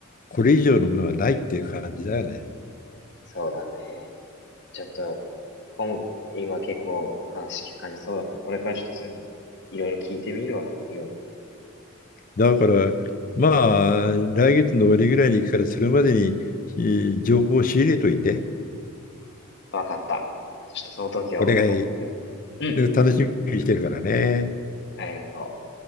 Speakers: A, on the left (about 40°); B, on the left (about 55°).
A: これ以上のものはないっていう感じだよね。
B: そうだね。ちょっと、今、今結構話聞く感じそうだから、これからちょっとそういうの、いろいろ聞いてみるわ。いろんな人に。
A: だから、まあ、来月の終わりぐらいに行くから、それまでにえー情報を仕入れといて、
B: わかった。ちょっとその時を、
A: 俺が
B: まだいろいろ。うん。
A: 楽しみにしてるからね。
B: ありがとう。